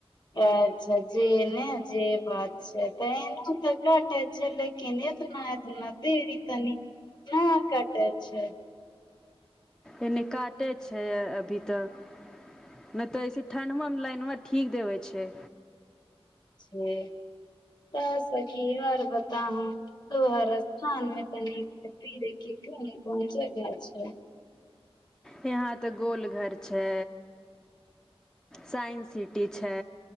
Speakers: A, on the left; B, in the centre.
A: अच्छा जे नै जे बात अच्छा तऽ एहनो तऽ काटे छै लेकिन एतना-एतना देरी कनी ना कटै छै।
B: एन्ने काटे छै अभी तक। नै तऽ ऐसे ठण्डवा मे लाइनवा ठीक देबेै छै।
A: छे, तऽ सखी और बताहु। तोहर स्थान मे तनि घूमे-फिरे के कुन-कुन जगह छै।
B: यहाँ तऽ गोलघर छै, साइन सिटी छै।